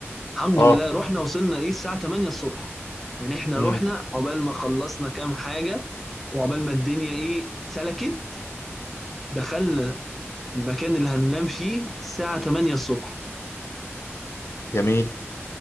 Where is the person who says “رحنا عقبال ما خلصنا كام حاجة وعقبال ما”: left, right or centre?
Centre